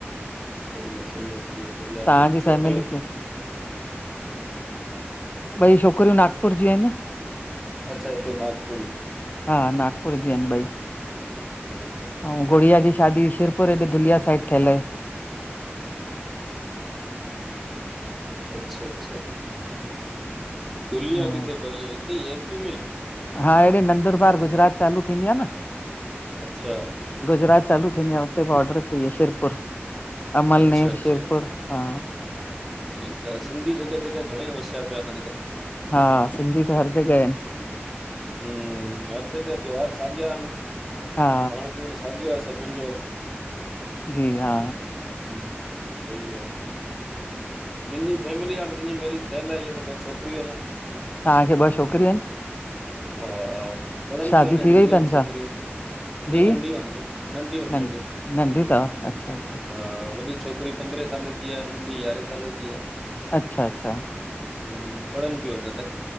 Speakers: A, in the centre; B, on the left.
A: सही आं सही आं ॿियो बढ़िया
B: तव्हांजी
A: <inaudible> छोकिरियूं
B: फैमिली खे ॿई छोकिरियूं नागपुर जी आहिन
A: अच्छा हिते नागपुरी
B: हा नागपुर जी आहिनि ॿई
A: सह <inaudible>
B: ऐं गुड़िया जी शादी शिरपुर हेॾे धुलिया साइड थियल आहे
A: अच्छा अच्छा धुलिया
B: हा
A: किथे पए इहो हिते ई एमपी में ही
B: हा, हेडे नंदुरबार गुजरात चालू थींदी आहे न
A: अच्छा।
B: गुजरात चालू थींदी आहे उते बॉर्डर ते ई आ शिरपुर अमलनेर
A: अच्छा अच्छा
B: शिरपुर हा।
A: ठीकु आहे, सिंधी जॻह जॻह घणेई वसिया पिया आहिनि अॼुकल।
B: हा सिंधी त हर जॻह आहिन
A: हम हर जॻह त्योहार साॻिया आहिन
B: हा
A: खाइण पीअण साॻियो आं सभिनि जो।
B: जी हा।
A: हम सही आं मुंहिंजी फैमिली आ मुंहिंजी मेरिज थियल आहे ईअं त ॿ छोकिरियूं आहिन।
B: तव्हांखे ॿ छोकिरियूं आहिन?
A: हा पढ़नि
B: शादी
A: पियूं अञा नंढियूं
B: थी वई अथनि
A: आहिन छोकिरियूं।
B: छा जी
A: न नंढिय न अञा नंढिय
B: नं
A: नंढियूं
B: नंढियूं अथव अच्छा अच्छा
A: हा वॾी छोकिरी पंद्रें साल जी आं नंढी यारहें साल जी आं
B: अच्छा अच्छा।
A: हम पढ़नि पीऊ अञा त।